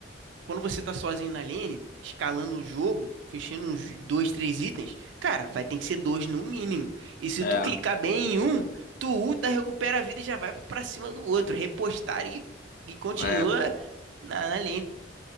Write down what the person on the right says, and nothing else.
Quando você tá sozinho na lane, escalando o jogo, fechando uns dois, três itens, cara, vai ter que ser dois no mínimo. E se
tu clicar bem em um, tu ulta, recupera a vida e já vai pra cima do outro. Repostar e, e continua
na, na lane.